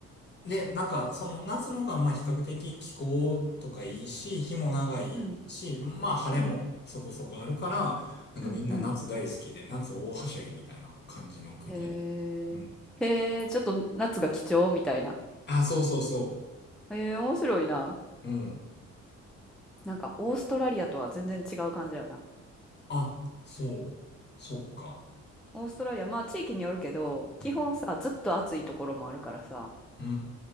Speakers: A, on the left (about 35°); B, in the centre.
A: で、なんかその夏の方がまあ比較的気候とかいいし、日も長いし、
B: うん、
A: まあ晴れもそこそこあるから、
B: うん、
A: なんかみんな夏大好きで、
B: うん、うん。
A: 夏大はしゃぎみたいな感じの国やね。
B: へ
A: うん。
B: え。へえ、ちょっと夏が貴重みたいな。
A: あ、そうそうそ
B: へえ、面白いな。
A: う。うん。
B: なんか、オーストラリアとは全然違う感じやな。
A: あ、そう、そっか。
B: オーストラリア、まあ地域によるけど、基本さ、
A: うん。
B: ずっと暑いところもあるからさ、
A: うー